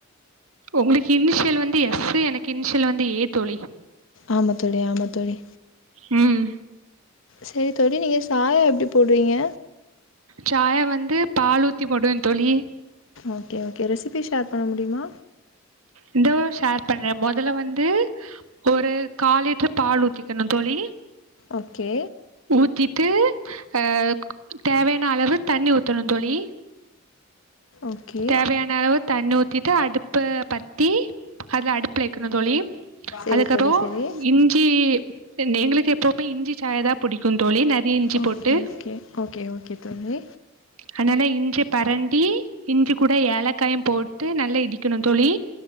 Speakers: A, on the right; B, on the left.
A: உங்களுக்கு இன்ஷியல் வந்து எஸ்ஸு எனக்கு இன்ஷியல் வந்து ஏ தோழி
B: ஆமா தோழி ஆமா தோழி
A: ம்
B: செரி தோழி நீங்க சாயா எப்டி போடுவீங்க
A: சாய வந்து பால் ஊத்தி போடுவே தோழி
B: ஓகே ஓகே ரெசிபி ஷேர் பண்ண முடியுமா
A: இந்தோ ஷேர் பண்றே மொதல்ல வந்து ஒரு காலிட்ரு பால் ஊத்திக்கணு தோழி
B: ஓகே
A: ஊத்தீட்டு ஆ தேவையான அளவு தண்ணி ஊத்தணு தோழி
B: ஓகே
A: தேவையான அளவு தண்ணி ஊத்திட்டு அடுப்ப பத்தி அதுல அடுப்ல வக்கணு தோழி
B: சரி
A: அதுக்கப்றோ
B: தோழி சரி
A: இஞ்சி நெங்களுக் எப்பவுமே இஞ்சி சாய தா புடிக்கு தோழி நெறைய இஞ்சி
B: ஓகே
A: போட்டு
B: ஓகே ஓகே ஓகே தோழி
A: அதனால இஞ்சி பரண்டி இஞ்சி கூட ஏலக்காயு போட்டு நல்லா இடிக்கணு தோழி